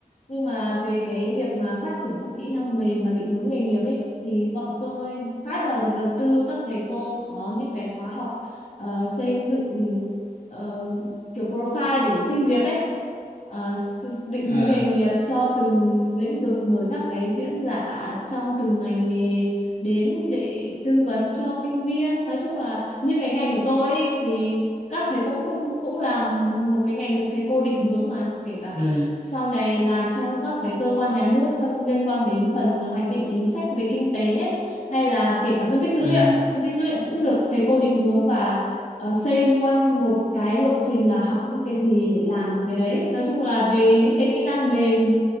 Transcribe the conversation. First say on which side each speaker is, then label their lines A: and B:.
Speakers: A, on the left (about 50°); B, on the left (about 90°).
A: nhưng mà về cái việc mà phát triển các kỹ năng mềm và định hướng nghề nghiệp ấy thì bọn tôi phát là được đầu tư các thầy cô có những cái khóa học ờ, xây dựng ờ, kiểu profile để xin việc ấy Ờ, s- định
B: ờ,
A: hướng nghề nghiệp cho từng lĩnh vực mời các cái diễn giả trong từng ngành nghề đến để tư vấn cho sinh viên nói chung là như cái ngành của tôi ấy, thì các thầy cũng cũng cũng là một cái ngành được thầy cô định hướng mà kể cả
B: ừ,
A: sau này làm trong các cái cơ quan nhà nước phân liên quan đến phần hoạch định chính sách về kinh tế ấy, hay là kể cả phân tích dữ
B: ừ.
A: liệu phân tích dữ liệu cũng được thầy cô định hướng và ờ, xây luôn một cái lộ trình là học những cái gì để làm cái đấy nói chung là về những cái kỹ năng mềm